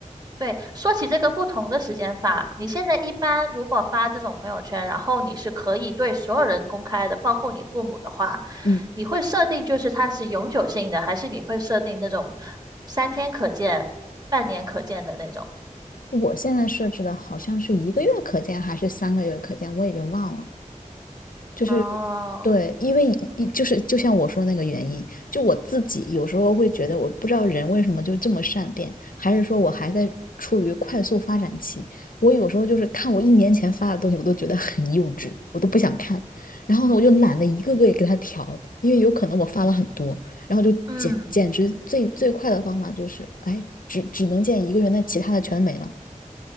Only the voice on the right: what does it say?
对，说起这个不同的时间发，你现在一般如果发这种朋友圈，然后你是可以对所有人公开的，包括你父母的话，
你会设定就是它是永久性的，还是你会设定那种三天可见、半年可见的那种？
哦，
嗯，